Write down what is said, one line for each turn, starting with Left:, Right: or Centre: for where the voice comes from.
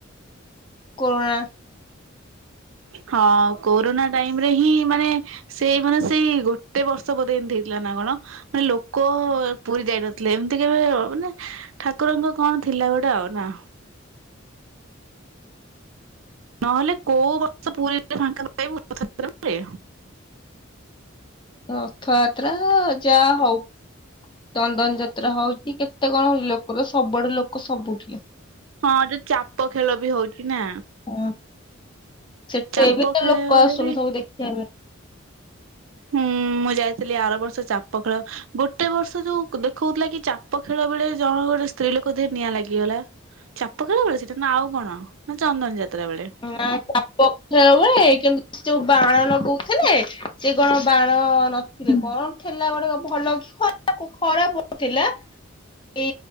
Left: କୋରୋଣା
Right: ହଁ କୋରୋନା ଟାଇମରେ ହିଁ ମାନେ ସେଇ ମାନେ ସେଇ ଗୋଟେ ବର୍ଷ ବଧେ ଏମିତି ହେଇଥିଲା ନା କଣ? ମାନେ ଲୋକ ପୁରୀ ଯାଇନଥିଲେ ଏମିତି କେବେ ମାନେ ଠାକୁରଙ୍କ କଣ ଥିଲା ଗୋଟେ ଆଉ ନା ନହେଲେ କୋଉ ବର୍ଷ ପୁରୀରେ ଫାଙ୍କା ପାଇବୁତ ପୁରୀରେ।
Left: ରଥଯାତ୍ରା ଯାହା ହଉ ଚନ୍ଦନ ଯାତ ଯାତ୍ରା ହଉଛି କେତେ କଣ ହଉ ଲୋକର ସବୁଆଡୁ ଲୋକ ସବୁଠି।
Right: ହଁ, ଯୋଉ ଚାପ ଖେଳବି ହଉଛି ନା।
Left: ହଁ ସେଠି
Right: ଚାପ
Left: ବି ତ
Right: ଖେଳିବା
Left: ଲୋକ
Right: ବେଳେ
Left: ଆସୁଛନ୍ତି
Right: ବି
Left: <inaudible>
Right: ହୁଁ, ମୁଁ ଯାଇଥିଲି ଆର ବର୍ଷ ଚାପ ଖେଳ ଗୋଟେ ବର୍ଷ ଯୋଉ ଦେଖଉଥିଲା କି ଚାପ ଖେଳ ବେଳେ ଜଣ ଗୋଟେ ସ୍ତ୍ରୀ ଲୋକ ଦିହରେ ନିଆଁ ଲାଗିଗଲା। ଚାପ ଖେଳବେଳେ ସେଇଟା ନା ଆଉ କଣ ନା ଚନ୍ଦନ ଯାତ୍ରା ବେଳେ।
Left: ନା ଚାପଖେଳ ବେଳେ କିନ୍ତୁ ଯୋଉ ବାଣ ଲଗଉଥିଲେ ସେ କଣ ବାଣ ହ ନଥିଲେ କଣ ଥିଲା ଗୋଟେ ଭଲ କି ଖରାପ ଖରାପ ଥିଲା କି